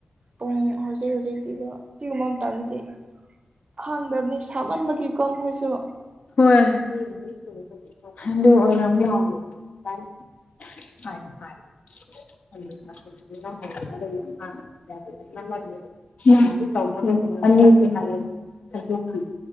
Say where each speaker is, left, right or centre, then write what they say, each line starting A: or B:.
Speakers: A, on the right; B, on the left.
A: ꯄꯨꯡ ꯍꯧꯖꯤꯛ ꯍꯧꯖꯤꯛꯇꯤꯀꯣ ꯖꯤꯒꯨꯝꯕ ꯃꯇꯝꯗꯗꯤ ꯈꯪꯡꯗꯕꯅꯦ ꯁꯥꯃꯟꯕꯒꯤ ꯃꯈꯣꯏꯁꯨ
B: <unintelligible> <unintelligible> <unintelligible>